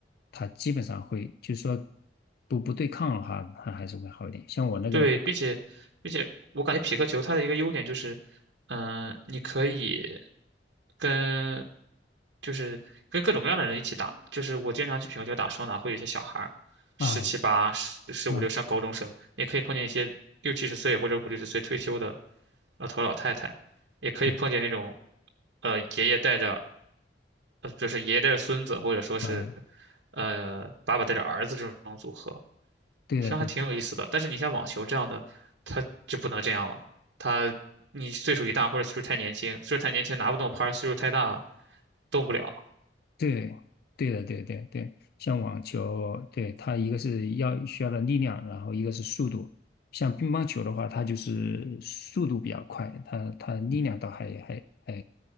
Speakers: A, on the left; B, on the right.
A: 它基本上会，就是说不不对抗的话，它还是会好一点。像我那个的话
B: 对，并且并且我感觉匹克球它的一个优点就是，嗯、你可以跟就是跟各种各样的人一起打。就是我经常去匹克球打双打，会有一些小孩儿，
A: 啊，
B: 十七八、十十五六上高中生，
A: 嗯，
B: 也可以碰见一些六七十岁或者五六十岁退休的老头儿老太太，也可以碰见那种
A: 对
B: 呃爷爷带着呃就是爷爷带着孙子，或者说是
A: 啊，
B: 呃爸爸带着儿子这种组合。
A: 对的，
B: 实际上还挺有意思的。
A: 对的
B: 但是你像网球这样的，他就不能这样了。他你岁数一大或者岁数太年轻，岁数太年轻拿不动拍儿，岁数太大动不了。
A: 对，对的，对对对，像网球，对，它一个是要需要的力量，然后一个是速度。像乒乓球的话，它就是速度比较快，它它力量倒还还还